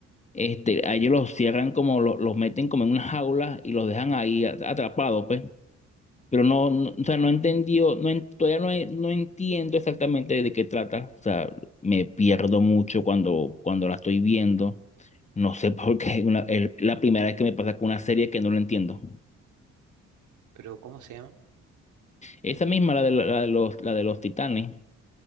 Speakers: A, on the left; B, on the right.
A: este, a ellos los cierran como lo- los meten como en una jaula y los dejan ahí a- atrapados, pues. Pero no, no- o sea, no entendió, no, en- todavía no, he- no entiendo exactamente de qué trata. O sea, me pierdo mucho cuando, cuando la estoy viendo. No sé <laughs> por qué, una- es la primera vez que me pasa con una serie que no lo entiendo.
B: Pero, ¿cómo se llama?
A: Esa misma, la de, la de los, la de los titanes.